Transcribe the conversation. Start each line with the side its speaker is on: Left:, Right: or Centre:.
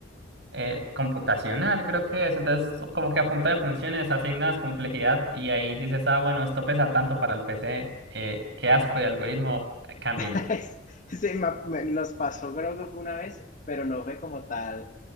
Right: eh, computacional, creo que es. Entonces, como que a punta de funciones asignas complejidad y ahí dices, ah, bueno, esto pesa tanto para el PC, eh, qué asco de algoritmo, eh, cámbienlo.
Left: <laughs> Se ma- me- nos pasó creo que fue una vez, pero no fue como tal